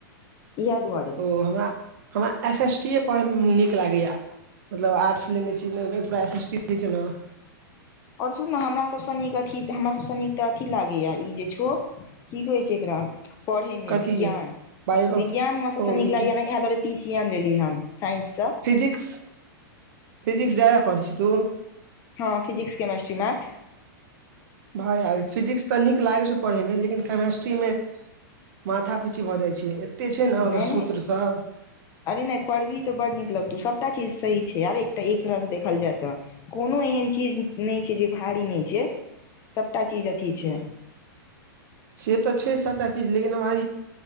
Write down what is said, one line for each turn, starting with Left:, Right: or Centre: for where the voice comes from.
Left: इहे दुआर
Right: ओ हमरा हमरा एस एस टी पढ़ै मे नीक लागैया मतलब आर्ट्स लेने छी परा एस <unintelligible>
Left: आओर सुन ने हमरा सबसँ नीक अथी त हम स न अथी लागैय ई जे छौ की कहै छै एकरा पढ़ेमेविज्ञान
Right: कथी बायो
Left: विज्ञान हमरा सबसँ
Right: ओ
Left: नीक
Right: विज्ञान
Left: लागयए ने इएह दरे पी सी एम लेलियै हम साइंस स
Right: फिजिक् फिजिकस जादा पढ़ै छहि त
Left: हँ फिजिकस केमेस्ट्री मै
Right: भाय यार फिजिक्स तऽ नीक लागे छै पढ़े मे लेकिन केमेस्ट्री मेँ माथा पीची भऽ जाइ छै एते छै ने ओकर
Left: नहि
Right: सूत्र
Left: नहि
Right: स
Left: अरे नहि पढ़बही तऽ बड़ नीक लगतौ सभटा चीज सही छै यर एकटा एक रहसँ देखल जाय त कोनो एहन चीज नहि छै जे भारी नहि छै सबटा चीज अथी छ
Right: से तऽ छै सभटा चीज लेकिन हमरा